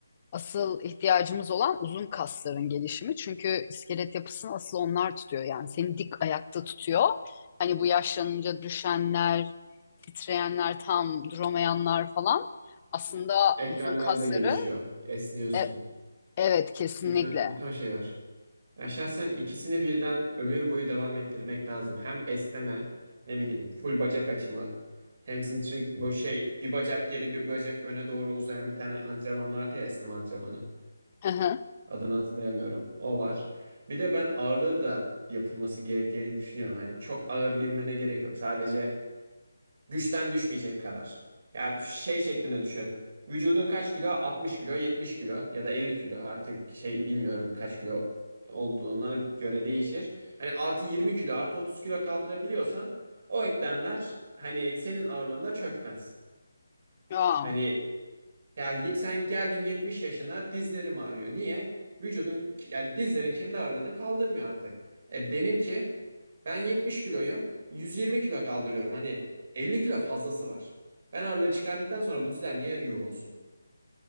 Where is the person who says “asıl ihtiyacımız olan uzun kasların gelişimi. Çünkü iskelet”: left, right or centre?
Left